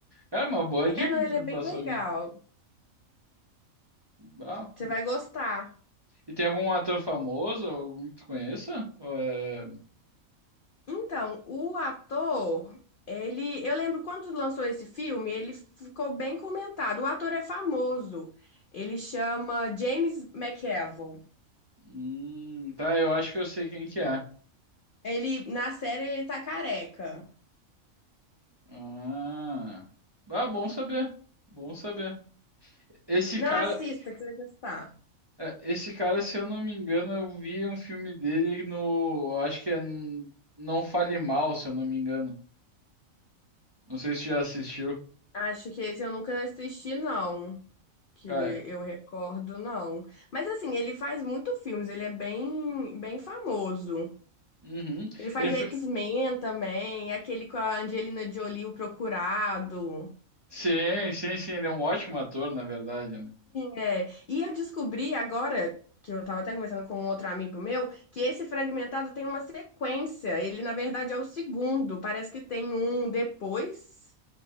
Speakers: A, on the right (about 35°); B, on the left (about 70°).
A: É uma boa dica
B: É, não,
A: que
B: ele
A: tu
B: é
A: me
B: bem
A: passou
B: legal.
A: aqui. Ah,
B: Você vai gostar.
A: e tem algum ator famoso, algum que tu conheça? Ou é-
B: Então, o ator, ele, eu lembro quando lançou esse filme, ele ficou bem comentado. O ator é famoso. Ele chama James McAvoy.
A: Hum, tá, eu acho que eu sei quem que é.
B: Ele, na série, ele tá careca.
A: Ah, ah, bom saber. Bom saber. Esse
B: Não
A: cara,
B: assista, que você vai gostar.
A: é, esse cara, se eu não me engano, eu vi um filme dele no, acho que é n- Não Fale Mal, se eu não me engano. Não sei se já assistiu.
B: Acho que esse eu nunca assisti, não. Que
A: Cara,
B: eu recordo, não. Mas assim, ele faz muito filmes, ele é bem, bem famoso.
A: uhum.
B: Ele faz
A: Ele fe...
B: X-Men também, aquele com a Angelina Jolie, o Procurado.
A: Sim, sim, sim, ele é um ótimo ator, na verdade, né?
B: É. E eu descobri agora, que eu tava até conversando com um outro amigo meu, que esse Fragmentado tem uma sequência. Ele, na verdade, é o segundo. Parece que tem um depois,